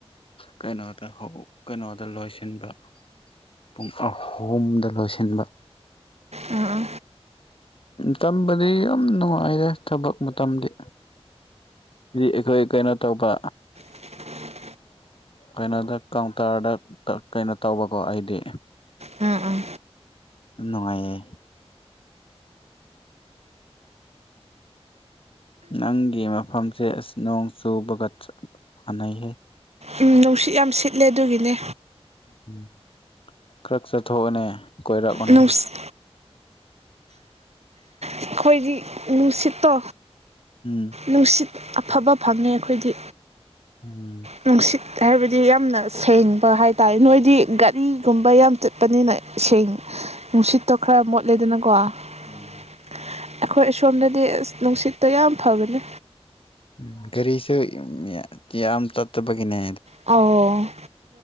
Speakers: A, on the left (about 55°); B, on the right (about 80°).
A: ꯀꯩꯅꯣꯗ ꯀꯩꯅꯣꯗ ꯂꯣꯏꯁꯤꯟꯕ ꯄꯨꯡ ꯑꯍꯨꯝꯗ ꯂꯣꯏꯁꯤꯟꯕ
B: ꯑꯥ ꯑꯥ
A: ꯎ ꯇꯝꯕꯗꯤ ꯌꯥꯝ ꯅꯨꯡꯉꯥꯏꯔꯦ ꯊꯕꯛ ꯃꯇꯝꯗꯤ ꯗꯤ ꯑꯩꯈꯣꯏ ꯀꯩꯅꯣ ꯇꯧꯕ
B: ꯎꯝ
A: ꯀꯩꯅꯣꯗ ꯀꯥꯎꯟꯇꯔꯗ ꯀꯩꯅꯣ ꯇꯧꯕꯀꯣ ꯑꯩꯗꯤ
B: ꯑꯥ ꯑꯥ
A: ꯏꯅꯨꯡꯉꯥꯏꯦ ꯅꯪꯒꯤ ꯃꯐꯝꯁꯦ ꯑꯁꯤ ꯅꯣꯡ ꯆꯨꯕꯒ ꯆꯞ ꯃꯥꯟꯅꯩꯍ
B: ꯎꯝ ꯅꯨꯡꯁꯤꯠ ꯌꯥꯝ ꯁꯤꯠꯂꯦ ꯑꯗꯨꯒꯤꯅꯦ
A: ꯎꯝ ꯈꯔ ꯆꯠꯊꯣꯛꯑꯅꯦ ꯀꯣꯏꯔꯛꯎꯅꯦ
B: ꯅꯨꯡꯁꯤꯠ ꯑꯩꯈꯣꯏꯗꯤ ꯅꯨꯡꯁꯤꯠꯇꯣ
A: ꯎꯝ
B: ꯅꯨꯡꯁꯤꯠ ꯑꯐꯕ ꯐꯪꯅꯤꯦ ꯑꯩꯈꯣꯏꯗꯤ
A: ꯎꯝ
B: ꯅꯨꯡꯁꯤꯠ ꯍꯥꯏꯕꯗꯤ ꯌꯥꯝꯅ ꯁꯦꯡꯕ ꯍꯥꯏ ꯇꯔꯦ ꯅꯣꯏꯗꯤ ꯒꯥꯔꯤꯒꯨꯝꯕ ꯌꯥꯝ ꯆꯠꯄꯅꯤꯅ ꯏꯦꯡ ꯅꯨꯡꯁꯤꯠꯇꯣ ꯈꯔ ꯃꯣꯠꯂꯦꯗꯅꯀꯣ ꯑꯩꯈꯣꯏ
A: ꯎꯝ
B: ꯑꯁꯣꯝꯅꯗꯤ ꯑꯁ ꯅꯨꯡꯁꯤꯠꯇꯣ ꯌꯥꯝ ꯐꯕꯅꯤ
A: ꯝ ꯒꯥꯔꯤꯁꯨ ꯌꯥꯝ ꯇꯠꯇꯕꯒꯤꯅꯦ
B: ꯑ